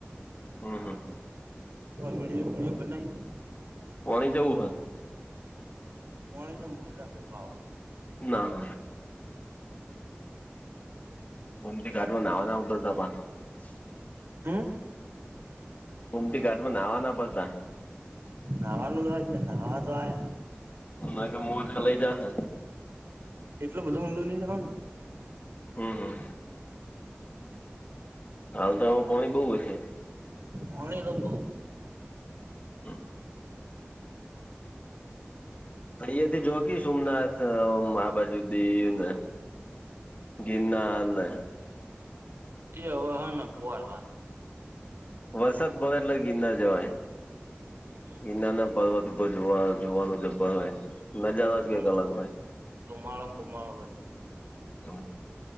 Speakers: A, on the left; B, on the right.
A: હમ હમ
B: વિડિઓ વિડિઓ બનાઈએ
A: પોણી જવું હોય
B: પોણી તો મોજા બહ આવે
A: ના હ <unintelligible>
B: હમ
A: કોમતી ઘાટમાં નાહવા ના પદતા
B: નહવાનું તો જ ને નહવા તો આયા
A: અ તો મોટા લઈ જાશે
B: એટલું બધું ઊંડું ની જવાનું
A: હમ હમ હાલ તો આમાં પાણી બહવ હ છે.
B: પાણી લુંબ
A: હમ અહયા થી જોકી સોમનાથ આ બાજુ દી ને ગિનારને
B: એ હવે હ પોર વાત
A: વરસાદ પડે એટલે ગિરનાર જવાય
B: હમ
A: ગિરનારના પર્વત ઉપર જોવા જોવાનું જ્ર હોય નજારો જ
B: તું
A: કઈક અલગ હોય.
B: ધુમાડો ન બુમાડો બધું
A: હ